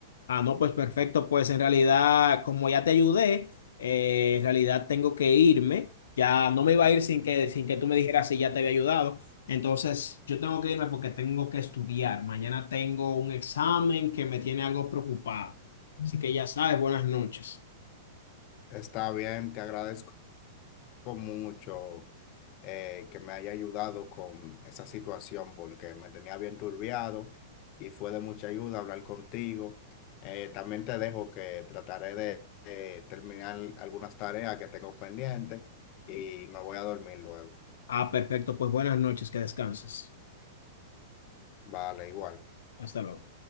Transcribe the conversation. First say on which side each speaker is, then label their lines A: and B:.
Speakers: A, on the left (about 85°); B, on the left (about 40°).
A: Ah, no, pues perfecto. Pues en realidad, como ya te ayudé, eh, en realidad tengo que irme. Ya no me iba a ir sin que, sin que tú me dijeras si ya te había ayudado. Entonces, yo tengo que irme porque tengo que estudiar. Mañana tengo un examen que me tiene algo preocupado. Así que ya sabes, buenas noches.
B: Está bien, te agradezco mucho eh, que me haya ayudado con esa situación porque me tenía bien turbiado y fue de mucha ayuda hablar contigo. Eh, también te dejo que trataré de de terminar algunas tareas que tengo pendientes y me voy a dormir luego.
A: Ah, perfecto. Pues buenas noches, que descanses.
B: Vale, igual.
A: Hasta luego.